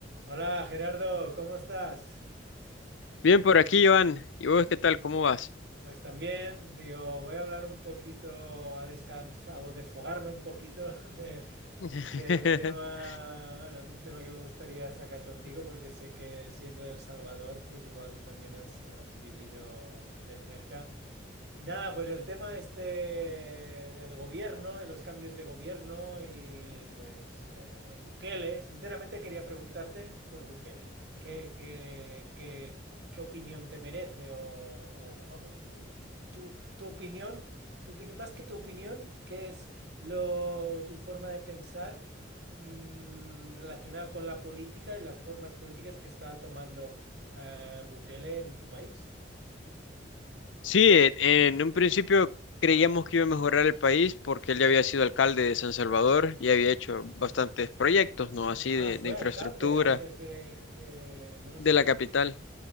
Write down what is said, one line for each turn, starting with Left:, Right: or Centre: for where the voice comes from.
Right: Hola Gerardo, ¿cómo estás?
Left: Bien por aquí, Joan. ¿Y vos qué tal? ¿Cómo vas?
Right: Pues también, digo, voy a hablar un poquito, a descansar o desfogarme un poquito <laughs> de-
Left: <laughs>
Right: del tema, bueno, de un tema que me gustaría sacar contigo, porque sé que siendo de El Salvador, pues igual también has, has vivido de cerca. Y nada, pues el tema este del gobierno, de los cambios de gobierno y pues eh, Bukele, sinceramente quería preguntarte por Bukele, ¿qué, qué, qué, qué opinión te merece? O, o, vamos, tu, tu, tu opinión, tu opini- más que tu opinión, ¿qué es lo, tu forma de pensar mm, relacionada con la política y las formas políticas que está tomando eh, Bukele en tu país?
Left: Sí, eh, en un principio creíamos que iba a mejorar el país porque él ya había sido alcalde de San Salvador y había hecho bastantes proyectos, ¿no? Así
Right: Ah,
Left: de,
Right: fue
Left: de infraestructura
Right: alcalde antes de, de- No lo
Left: de
Right: sabía.
Left: la capital.